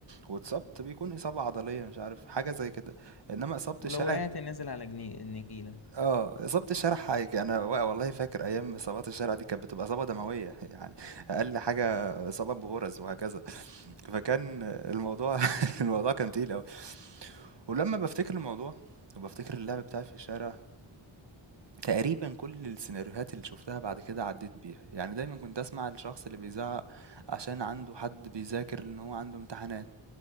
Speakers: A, on the right; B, on the left.
A: واتصبت بيكون إصابة عضلية مش عارف حاجة زي كده إنما إصابة
B: ولو
A: الشارع
B: وقعت نازل على جني... النجيلة
A: آه، إصابة الشارع حاجة أنا و والله فاكر أيام إصابات الشارع دي كانت بتبقى إصابة دموية <laughs> يعني أقل حاجة إصابة بغرز وهكذا، فكان الموضوع <laughs> الموضوع كان تقيل أوي، ولمّا بافتكر الموضوع وبافتكر اللعب بتاعي في الشارع، تقريبًا كل السيناريوهات اللي شُفتها بعد كده عدّيت بيها، يعني دايمًا كنت أسمع الشخص اللي بيزعّق عشان عنده حد بيذاكر إن هو عنده امتحانات.